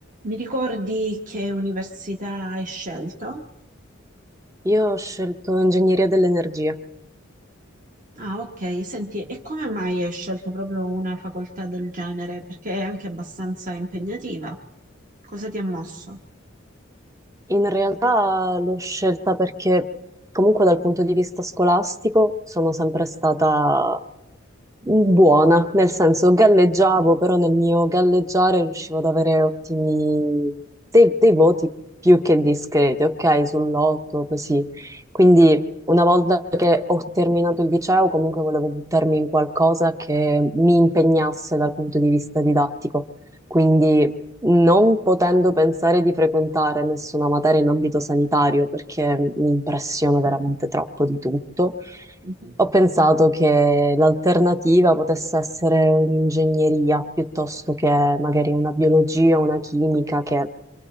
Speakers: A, on the right (about 40°); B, on the right (about 15°).
A: Mi ricordi che università hai scelto?
B: Io ho scelto ingegneria dell'energia.
A: Ah, ok, senti, e come mai hai scelto proprio una facoltà del genere? Perché è anche abbastanza impegnativa. Cosa ti ha mosso?
B: In realtà l'ho scelta perché comunque dal punto di vista scolastico sono sempre stata Buona, nel senso galleggiavo, però nel mio galleggiare riuscivo ad avere ottimi dei, dei voti più che discreti, ok? Sull'otto, così. Quindi una volta che ho terminato il liceo, comunque volevo buttarmi in qualcosa che mi impegnasse dal punto di vista didattico. Quindi non potendo pensare di frequentare nessuna materia in ambito sanitario, perché mi impressiona veramente troppo di tutto.
A: Mhm,
B: Ho pensato che l'alternativa potesse essere un'ingegneria piuttosto che magari una biologia o una chimica, che